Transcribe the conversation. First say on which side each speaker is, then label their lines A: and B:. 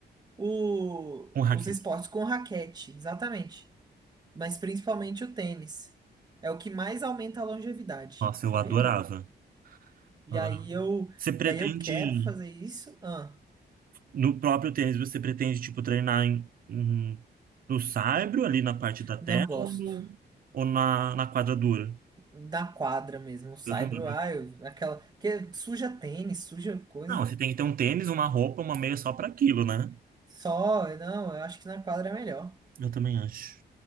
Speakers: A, on the right (about 25°); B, on the right (about 55°).
A: o-
B: Com raquete.
A: os esportes com raquete, exatamente. Mas principalmente o tênis. É o que mais aumenta a longevidade,
B: Nossa,
A: sabia?
B: eu adorava.
A: E
B: Adorava.
A: aí eu,
B: Você pretende
A: e aí eu quero fazer isso. Ah,
B: No próprio tênis, você pretende, tipo, treinar em, em- no saibro, ali na parte da terra,
A: não gosto.
B: ou, no, ou na, na quadra dura?
A: Da quadra mesmo, o saibro,
B: Eu também.
A: ah, eu- aquela que suja tênis, suja coisa.
B: Não, você tem que ter um tênis, uma roupa, uma meia só para aquilo, né?
A: Só, não, eu acho que na quadra é melhor,
B: Eu também acho.